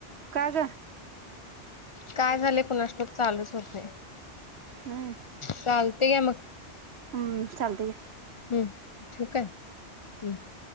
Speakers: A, on the right; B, on the left.
A: काग?
B: काय झाले कुणास ठाऊक, चालूच होत नाही.
A: नाय
B: चालतेया मग
A: हम्म, चालते ग
B: हम्म. ठेवू का? हम.